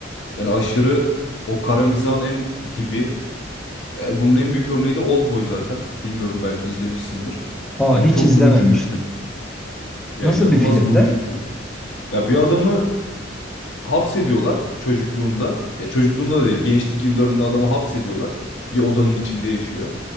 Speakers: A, on the left (about 75°); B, in the centre.
A: Yani aşırı o kara mizahın en dibi. E, bunun en büyük örneği de Oldboy zaten. Bilmiyorum belki izlemişsindir.
B: Aa
A: Yani
B: hiç
A: çok
B: izlememiştim.
A: vurucu bir film. Ya
B: Nasıl
A: inanılmaz
B: bir filmde?
A: vurucu bir film. Ya bir adamı hapsediyorlar çocukluğunda. Ya çocukluğunda da değil, gençlik yıllarında adamı hapsediyorlar. Bir odanın içinde yaşıyor.